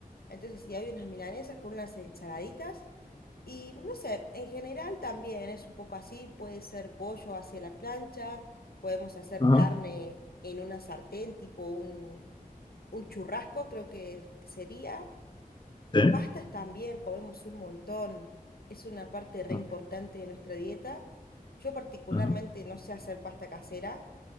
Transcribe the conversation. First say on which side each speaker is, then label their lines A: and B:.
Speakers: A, on the left; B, on the left.
A: Entonces, sí, hay unas milanesas con unas ensaladitas y no sé, en general también es un poco así, puede ser pollo hacia la plancha, podemos hacer
B: Ajá.
A: carne en una sartén, tipo un, un churrasco, creo que sería
B: Sí.
A: Pastas también, comemos un montón. Es una parte re
B: Ah,
A: importante de nuestra dieta. Yo particularmente
B: ajá.
A: no sé hacer pasta casera,